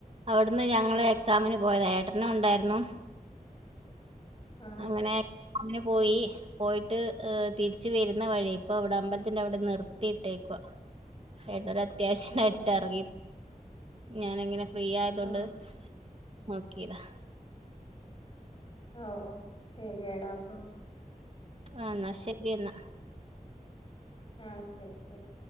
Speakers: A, on the right; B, on the left.
A: അവ്ട്ന്ന് ഞങ്ങളെക്സാമിന് പോയതാ ഏട്ടനുണ്ടായിര് ന്നു
B: ഉം
A: അങ്ങനെ <unintelligible> മിന് പോയി പോയിട്ട് ട്ട് ഏഹ് തിരിച്ച് വരുന്ന വഴി ഇപ്പവ്ടെ അമ്പലത്തിന്റവ്ടെ നിർത്തിയിട്ടേക്കുവ ഏട്ടൊരത്യാവശ്യായിട്ട്റങ്ങി
B: ഉം ഉം
A: ഞാനങ്ങനെ ഫ്രീയായതോണ്ട്
B: ഉം
A: നോക്കീതാ
B: ഒ ഓ ശെരിയടാ അപ്പം
A: ആഹ് ന്നാ ശര്യേന്നാ
B: ആഹ് ശരിശരി